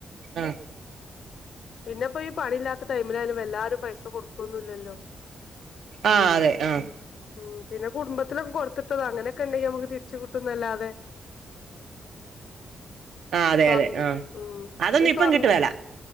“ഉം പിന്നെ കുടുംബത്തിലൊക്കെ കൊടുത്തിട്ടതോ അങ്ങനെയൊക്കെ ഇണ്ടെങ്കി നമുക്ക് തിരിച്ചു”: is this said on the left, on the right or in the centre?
Left